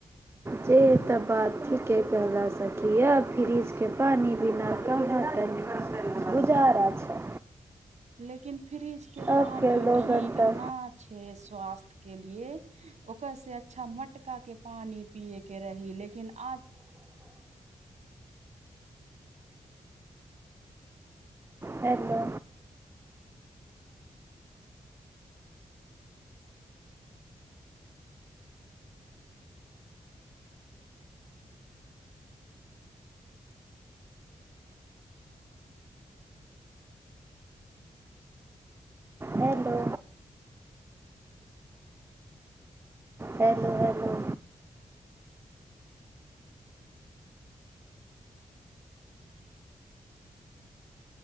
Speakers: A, on the right; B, on the right.
A: जे तऽ बात ठीक के कल सखी यऽ फ्रिजके पानी पीना क <inaudible> चारा छै
B: लेकिन फ्रिज के पानी
A: अब लोगन
B: ठीक
A: त
B: न छै स्वास्थ्य के लिए ओकर से अच्छा मटकाके पानि पियएके रही लेकिन आज
A: हेलो हेलो हेलू हेलू